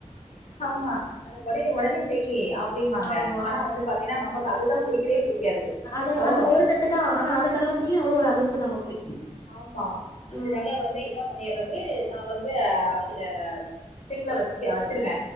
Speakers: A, on the left; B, on the left.
A: ஆமா அத உடனே உடனே செய்ய அப்படீம்பாங்க
B: ஆமா
A: ஆனா வந்து பாத்தீங்கன்னா நமக்கு அதுதா புடிக்கவே புடிக்காது
B: அது
A: இப்போ
B: அந்த ஒரு தட்டு தா ஆனா அத கழுவுறதுலியும் அவளோ ஒரு ஆளு ப்பு நமக்கு
A: ஆமா அதனால
B: ம்
A: வந்து என்ன பண்ணிறது நா வந்து அதுல சிங்க்ல வச்சு வச்சிருவ